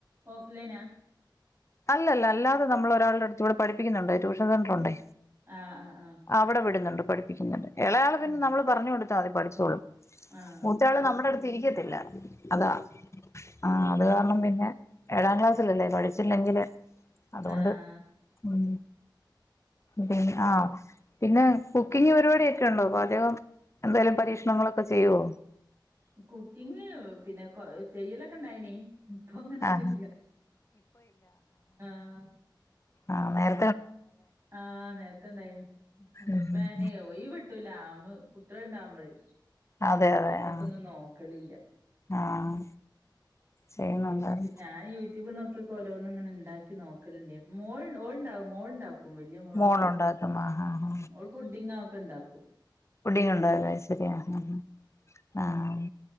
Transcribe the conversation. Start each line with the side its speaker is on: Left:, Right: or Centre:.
Right: ഓഫ് ലൈനാ
Left: അല്ലല്ല അല്ലാതെ നമ്മളൊരാള്ടട് ത്തൂടെ പഠിപ്പിക്ക്ന്ന്ണ്ട് ട്യൂഷൻ സെൻ്റ്രുണ്ട്.
Right: ആഹ് ആഹ് ആഹ്
Left: അവടെ വിട്ന്ന്ണ്ട് പഠിപ്പിക്കുന്നുണ്ട് ഇളയാളെ പിന്നെ
Right: ആഹ്
Left: നമ്മള് പർഞ്ഞൊട്ത്താതി പഠിച്ചോളും.
Right: ആഹ് ആഹ്
Left: മൂത്താള് നമ്മട ട്ത്ത് ഇരിക്കത്തില്ല അതാ ആഹ് അത് കാരണം പിന്നെ ഏഴാം ക്ലാസ്സിലല്ലേ പഠിച്ചില്ലെങ്കില് അതോണ്ട്
Right: ആഹ്
Left: ഉം പി ആഹ് പിന്നെ കുക്കിംഗ് പരിപാട്യൊക്കെണ്ടോ പാചകം എന്തേലും പരീക്ഷണങ്ങളൊക്കെ ചെയ്യോ?
Right: കുക്കിങ് പിന്നെ കൊ ചെയ്യലൊക്കെണ്ടായിനി. ഇപ്പങ്ങനൊന്നുല്ല
Left: ആഹ്
Right: ആഹ്
Left: ആഹ് നേര
Right: ആഹ് നേരത്തണ്ടായിനി
Left: ഉം
Right: ഇപ്പയ്ന്
Left: ഉം
Right: ഒയ് വ് ട്ടൂല്ല അമ്മക്ക് കുട്ട്യള്ണ്ടാവുമ്പളേ
Left: അതെ അതെ
Right: അയ്മക്കൊന്നും
Left: ആഹ്
Right: നോക്കലില്ല.
Left: ആഹ് ചെയ്യുന്നുണ്ടായിരുന്നു
Right: ഇൻസ്‌റ്റേ ഞാനീ യു റ്റൂബ് നൊക്ക്യൊക്കോരോന്ന്ങ്ങനെ ണ്ടാക്കി നോക്കല്ണ്ട് മോള്ണ്ട് ഓള്ണ്ടാവും മോള്ണ്ടാ ക്കും വെല്ല്യെ മോള്
Left: മോളുണ്ടാക്കും ആഹ് ആഹ്
Right: ഉം ഓള് പുഡിങ്ങ ഒക്കെണ്ടാക്കും.
Left: പുഡിങ്ങ്ണ്ടോ അയ് ശെരി ആഹ് ആഹ് ആഹ് ആഹ്